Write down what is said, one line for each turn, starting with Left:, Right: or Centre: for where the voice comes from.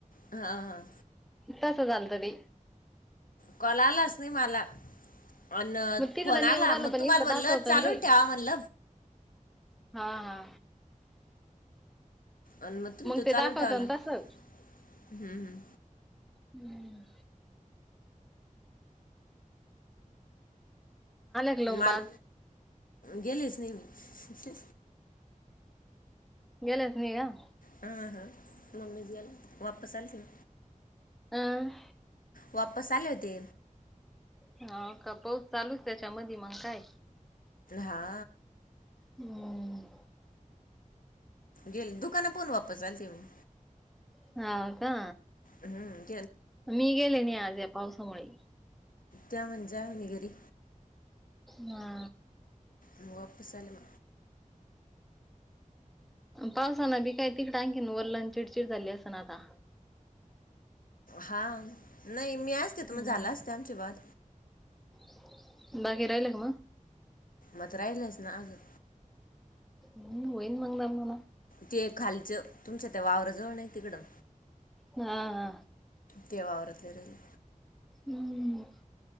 Left: हा हा
Centre: तसं चालतंरी
Left: कोलालाच नाही मला अन
Centre: मग तिकडं
Left: पण आला
Centre: नाही येऊ राहिलं
Left: मग
Centre: पण
Left: तुम्हाला
Centre: इकडं
Left: म्हणल
Centre: दाखवत
Left: चालू
Centre: ना ते
Left: ठेवा म्हणल
Centre: हा हा
Left: आणि मग त तो
Centre: ते
Left: चालू
Centre: दाखवत
Left: ठेवला
Centre: ना
Left: हम्म
Centre: तसं
Left: हम्म
Centre: हम्म का लावून
Left: मल
Centre: बाद
Left: गेलीच ने ममी
Centre: गेला स् नाहीह
Left: हा हा मम्मी जी आला वापस आल त
Centre: हह
Left: वापस आले होते
Centre: हा का पाऊस चालूच त्याच्या म मग काय
Left: हा
Centre: हम्
Left: गेली दुकान पोन वापस आल ते मी
Centre: ह का
Left: हम
Centre: मी गेले नाही आज या पावसामुळे
Left: त्या म्हणजाणी घरी
Centre: हा
Left: मुगपसलम
Centre: पावसान बी काय तिकट आणखीन वरलाण चिडचिड झाली अस ना आता
Left: हा नाही मी असते त
Centre: हम्म
Left: मग झाला असते आमची बाात
Centre: <inaudible> बाकी राहिले का मग?
Left: मत राहीलेच ना आज.
Centre: म होईन मग द मला.
Left: ते खालचं तुमच्या त्या वावराजवळ नाही तिकडं
Centre: हा हा.
Left: केव्हा आवरते रे ही.
Centre: हम्म